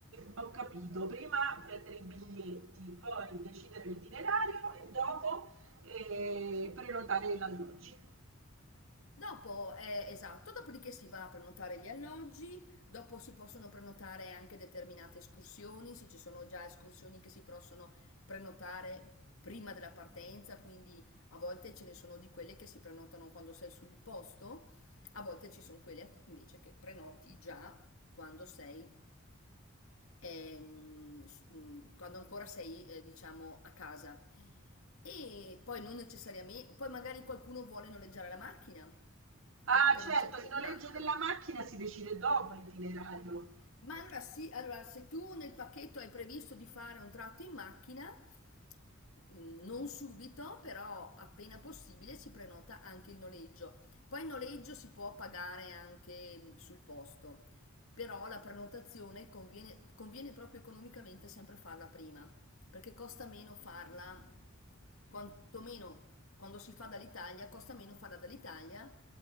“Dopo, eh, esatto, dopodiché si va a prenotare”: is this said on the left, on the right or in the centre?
Left